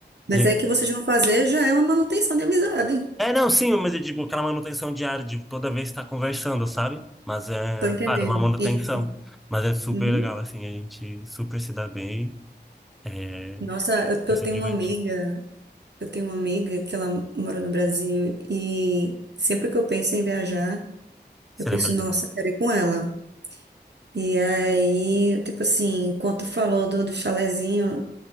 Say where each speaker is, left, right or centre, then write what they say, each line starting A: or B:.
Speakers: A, on the right; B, in the centre.
A: Mas
B: A gente...
A: é que vocês vão fazer já é uma manutenção de amizade.
B: É, não, sim, mas eu digo aquela manutenção diária de toda vez estar conversando, sabe? Mas é,
A: Tô entendendo.
B: claro, uma manutenção.
A: Isso.
B: Mas é super
A: Uhum.
B: legal, assim, a gente super se dá bem, é,
A: Nossa, eu, eu
B: e se
A: tenho
B: divertir,
A: uma amiga, eu tenho uma amiga que ela mora no Brasil e sempre que eu penso em viajar,
B: se
A: eu penso,
B: lembra
A: nossa,
B: da...
A: eu quero ir com ela. E aí, tipo assim, quando tu falou do, do chalezinho,